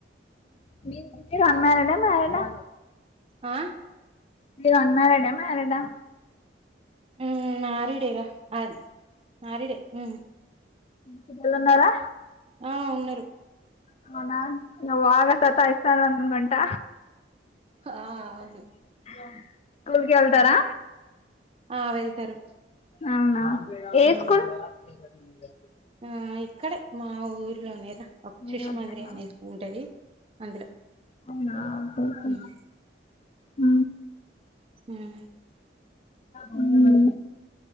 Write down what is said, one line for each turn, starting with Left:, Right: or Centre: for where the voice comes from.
Left: మీ గుడు మీరు అన్మ్యారీడ్ ఆ మ్యారీడ్ ఆ
Right: ఆ
Left: మీరు అన్మ్యారీడ్ ఆ మ్యారీడ్ ఆ
Right: ఉ మ్యారీడ్ ఏ రా అది మారిడే ఉ
Left: పిల్లలు ఉన్నారా
Right: ఆ ఉన్నారు
Left: అవునా నువ్ ఆగ సతా ఇస్తారా అనుగొని ట <unintelligible>
Right: ఆ అవును
Left: స్కూల్ కి వెళ్తారా
Right: ఆ వెళ్తారు
Left: అవునా ఏ
Right: ఉమ్.
Left: స్కూల్ నీ కన్నా ముందే అను
Right: ఆ ఇక్కడే మా ఊర్లోనేరా ఒక
Left: మీ
Right: శిశు
Left: వద్దన్నా
Right: మందిర్ అనేది ఉంటది అందులో
Left: అవునా బాకు
Right: ఉమ్.
Left: హ
Right: మా ఆయన
Left: ఉమ్